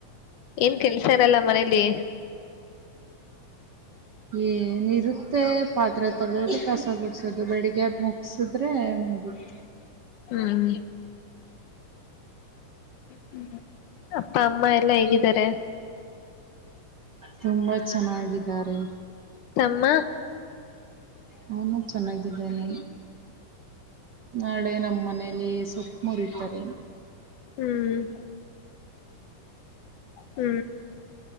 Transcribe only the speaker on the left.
ಏನ್ ಕೆಲ್ಸಾರಲ್ಲ ಮನೇಲಿ
ಹ್ಮ್ ಹ್ಮ ಅಪ್ಪ ಅಮ್ಮ ಅಮ್ಮ ಎಲ್ಲಾ ಹೇಗಿದ್ದಾರೆ?
ತಮ್ಮ
ಹ್ಮ್ ಹ್ಮ್